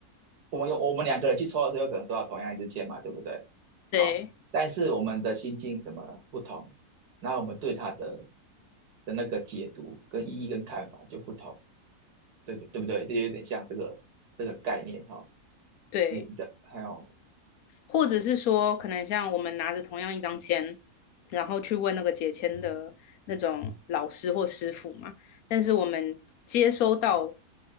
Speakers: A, on the right; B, on the left.
A: 我们有我们两个人去抽的时候，有可能抽到同样一支签嘛，对不对？
B: 对
A: 好、但是我们的心境什么不同，然后我们对他的的那个解读跟意义跟看法就不同，对对不对？这有点像这个这个概念哦。
B: 对，
A: 你这还有
B: 或者是说可能像我们拿着同样一张签，然后去问那个解签的那种老师或师傅嘛，但是我们接收到、